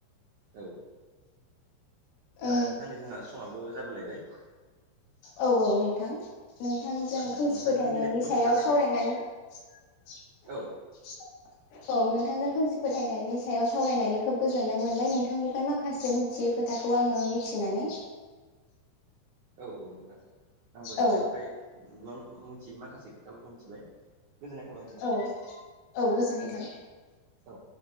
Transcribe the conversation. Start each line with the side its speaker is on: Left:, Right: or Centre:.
Right: औ दा
Left: औ
Right: नोंथां नै जोंहा समाबो जाबोलायबाय।
Left: औ औ नोंथां। नोंथांजों
Right: आं
Left: खोमसि
Right: आं नोंथांजों
Left: फोथायनायनि
Right: बेलेग टपिक
Left: सायाव
Right: लानानै
Left: सावरायनानै <inaudible>
Right: औ
Left: औ नोंथांजों खोमसि फोथायनायनि सायाव सावरायनानै खोब गोजोननाय मोनबाय नोंथांनिफ्राय माखासे मि थियै खोथाखौ आङो मिथिनानै
Right: औ औ नोंथां आंबो नोंथांनिफ्राय
Left: औ
Right: गोबां मोनथियै माखासे खोथाफोरखौ मिथिबाय। गोजोन्नाय थाबाय नोंथां
Left: औ औ गोजोननाय थाबाय।
Right: औ।